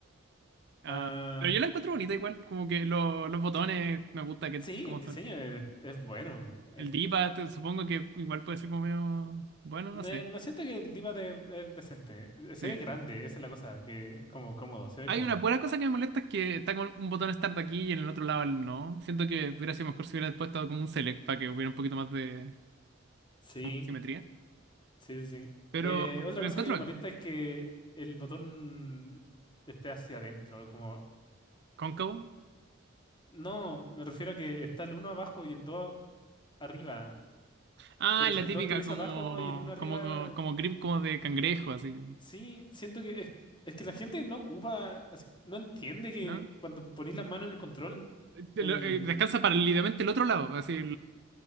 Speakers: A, on the right; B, on the left.
A: Ah,
B: Ah,
A: pero yo la encuentro bonita igual, como que lo- los botones me gusta que
B: sí,
A: como
B: el diseño
A: son.
B: es, es bueno. Es-
A: El D-pad, eh, supongo que igual puede ser como medio. Bueno,
B: me-
A: no sé.
B: no siento que el diva de, es decente. E, Se
A: Sí.
B: ve grande, esa es la cosa, que como cómodo, se ve
A: Hay
B: cómodo.
A: una buena cosa que me molesta es que está con un botón start aquí y en el otro lado el no. Siento que hubiera sido mejor si hubiera puesto como un select para que hubiera un poquito más de
B: Sí,
A: como simetría.
B: sí, sí. sí.
A: Pero
B: Eh, otra
A: lo
B: cosa
A: encuentro
B: que me
A: acá.
B: molesta es que el botón esté hacia adentro. es Como,
A: Cóncavo.
B: no, me refiero a que está el uno abajo y el 2 arriba.
A: Ah,
B: Pero
A: la
B: si el
A: típica
B: 2 estuviese
A: como,
B: abajo y el uno arriba,
A: como, como grip como de cangrejo, así.
B: Sí, siento que es, es que la gente no ocupa, así- no entiende que
A: ¿No?
B: cuando ponís la mano en el control,
A: Te
B: el,
A: lo- eh, Descansa para el ligamento del otro lado, así.